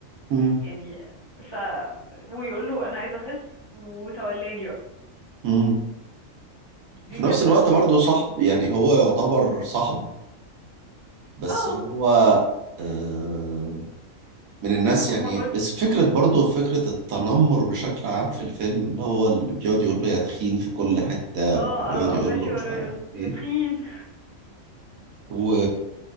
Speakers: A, on the right; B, on the left.
A: مم.
B: يعني ف ويقول له انا عايزة اخس وتولاني بقى
A: مم.
B: دي
A: في
B: كانت
A: نفس الوقت برضه صاحب يعني هو يعتبر صاحبه بس
B: اه
A: هو آه من الناس
B: هما
A: يعني
B: بر
A: بس فكرة برضه فكرة التنمر بشكل عام في الفيلم اللي هو اللي بيقعد يقول له يا تخين في كل حتة
B: اه
A: واللي بيقعد
B: اه
A: يقول
B: اه ماشي
A: له
B: ورايا
A: مش عارف
B: يقول
A: ايه
B: يا تخين
A: و...